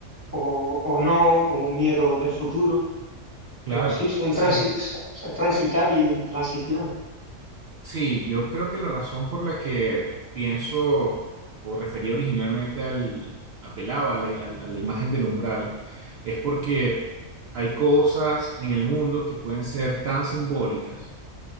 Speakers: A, on the left; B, on the right.
A: o, o no, o un miedo del futuro,
B: Claro,
A: pero sí, son
B: sí.
A: transi- sa- transitar y transiciones.
B: Sí, yo creo que la razón por la que pienso o refería originalmente al, apelaba a la, al- a la imagen del umbral, es porque hay cosas en el mundo que pueden ser tan simbólicas.